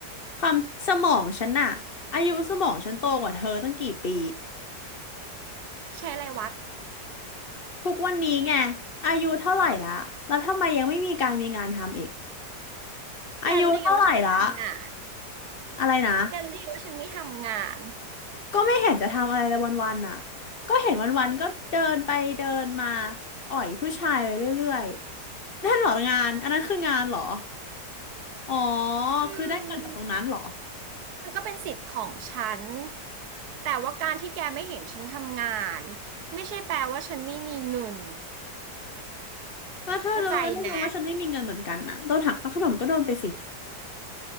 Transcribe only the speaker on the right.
ใช้อะไรวัด
แกรู้ได้ไงว่าฉันไม่ทำงาน
แกรู้ได้ไงว่าฉันไม่ทำงาน
อื
ม มันก็เป็นสิทธิ์ของฉัน แต่ว่าการที่แกไม่เห็นฉันทำงานไม่ใช่แปลว่าฉันไม่มีเงิน
เข้าใจไหม